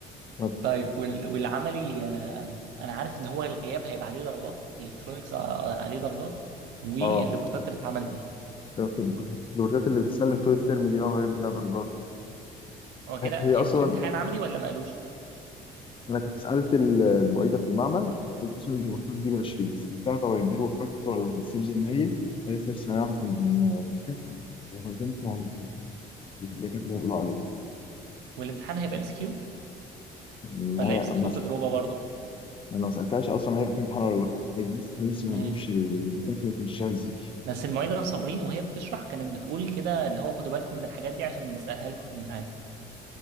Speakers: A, on the left; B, on the right.
A: ما-
B: طيب وال... والعملي آه، انا عارف ان هو الغياب هيبقى عليه درجات الالكترونيكس آه، آه، عليه درجات والريبورتات
A: اه
B: اللي اتعملت دي
A: في الدورات اللي بتسلم طول الترم دي اه هي بلا درجات
B: هو كده
A: هي
B: هيبقى
A: اصلا
B: فيه امتحان عملي ولا ما قالوش
A: انا كنت سالت ال- المعيده في المعمل قلت لها اصلا الدورات دي ب 20 سالتها طب هيديروا فاكتور ولا هتتسيب زي ما هي قالت لي لسه هنعرف من الدكاتره وبعدين طبعاً الدكاتره هيقولوا عليها
B: والامتحان هيبقى ام اس كيو
A: إن
B: ولا
A: هي
B: ام اس
A: مسح
B: كيو تجربة برضو
A: انا ما سالتهاش اصلا هيبقى في امتحان ولا لا هي لسه لسه ما
B: امم
A: نعرفش الدكاتره هتمشيها ازاي
B: بس المعيدة صابرين وهي بتشرح كانت بتقول كده اللي هو خدوا بالكم من الحاجات دي عشان بنسألها لكم في الامتحان